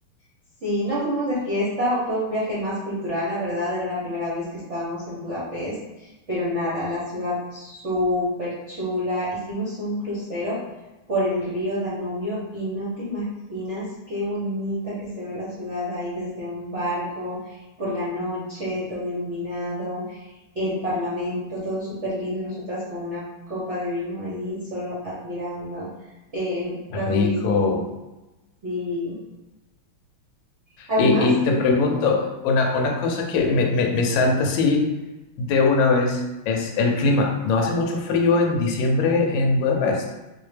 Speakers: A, on the right; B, on the left.
A: Sí, no fuimos de fiesta, fue un viaje más cultural, la verdad, era la primera vez que estábamos en Budapest, pero nada, la ciudad súper chula. Hicimos un crucero por el río Danubio y no te imaginas qué bonita que se ve la ciudad ahí desde un barco, por la noche, todo iluminado, el parlamento, todo súper lindo y nosotras con una copa de vino ahí, solo admirando eh, las
B: rico.
A: vistas Sí. Además,
B: Y, y te pregunto, una, una cosa que me, me, me salta así de una vez es el clima. ¿No hace mucho frío en diciembre en Budapest?